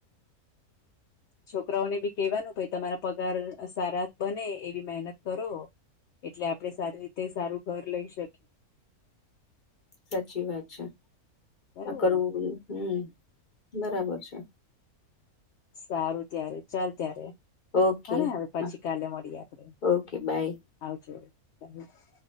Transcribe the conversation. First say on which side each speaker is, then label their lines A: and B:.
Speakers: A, on the left (about 35°); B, on the left (about 60°).
A: <inaudible>
B: છોકરાઓને ભી કહેવાનું ભઈ તમારા પગાર સારા બને એવી મહેનત કરો. એટલે આપડે સારી રીતે સારું ઘર લઈ શકી
A: <inaudible> સાચી વાત છે
B: બરાબર
A: આ કરવું
B: ને
A: બધું હમ બરાબર છે.
B: સારું ત્યારે ચાલ ત્યારે.
A: ઓકે
B: હને હવે પછી
A: હા
B: કાલે મળીએ આપડે
A: ઓકે બાય
B: આવજો <unintelligible>